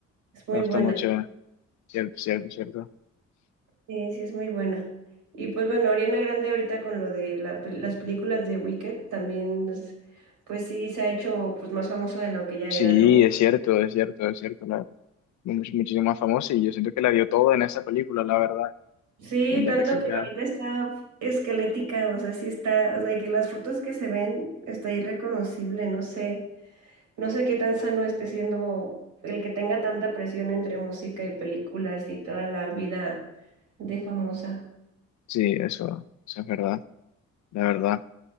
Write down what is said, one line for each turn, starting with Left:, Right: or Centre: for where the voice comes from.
Right: es muy
Left: Me gusta
Right: buena.
Left: mucho, cierto, cierto, cierto.
Right: Sí, sí, es muy buena. Y pues bueno, Ariana Grande ahorita con lo de la pel- las películas de Wicked también, es- pues sí, se ha hecho pues más famosa de lo que ya
Left: Sí,
Right: era, ¿no?
Left: es cierto, es cierto, es cierto, la verdad. Much- muchísimo más famosa y yo siento que la dio todo en esa película, la verdad.
Right: Sí,
Left: Ven
Right: tanto
Left: recalcar.
Right: que ahorita está esquelética, o sea, sí está, o sea, que las fotos que se ven está irreconocible, no sé. No sé qué tan sano esté siendo el que tenga tanta presión entre música y películas y toda la vida de famosa.
Left: Sí, eso, eso es verdad, la verdad.